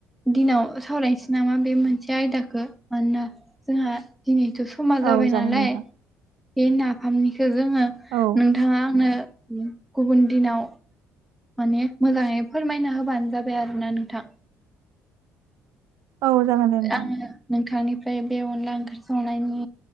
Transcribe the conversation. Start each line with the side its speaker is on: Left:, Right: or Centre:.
Centre: दिनाव सावरायनोसै नामा बे मोनसे आयदाखौ मानोना जोंहा दिनैथ' समा जाबाय
Right: औ जागोन
Centre: नालाय
Right: नोंथां
Centre: बे नाफामनिखौ जोङो
Right: औ
Centre: नोंथाङा आंनो गुबुन दिनाव माने मोजाङै फोरमायना होबानो जाबाय आरोना नोंथां
Right: औ जागोन दे नोंथां।
Centre: आङो नोंथांनिफ्राय बे अनला ओंख्रि संनायनि